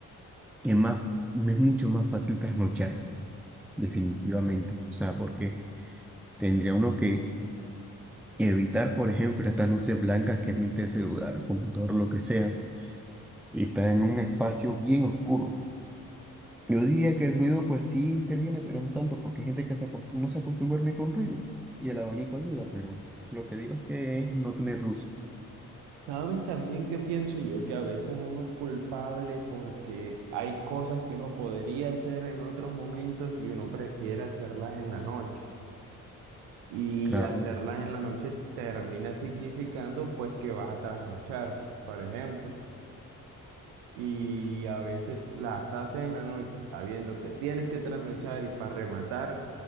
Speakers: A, in the centre; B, on the right.
A: es más, me es mucho más fácil trasnochar, definitivamente. O sea, porque tendría uno que evitar, por ejemplo, estas luces blancas que emite el celular, el computador, lo que sea, y estar en un espacio bien oscuro. Yo diría que el ruido pues sí interviene, pero no tanto, porque hay gente que se acostu- no se acostumbra a dormir con ruido y el abanico ayuda, pero lo que digo es que es no tener luz.
B: Sabes también que pienso yo que a veces uno es culpable porque hay cosas que uno podría hacer en otros momentos y uno prefiere hacerlas en la noche. Y
A: Claro.
B: hacerlas en la noche termina significando pues que vas a trasnochar, por ejemplo. Y a veces las haces en la noche sabiendo que tienes que trasnochar y para rematar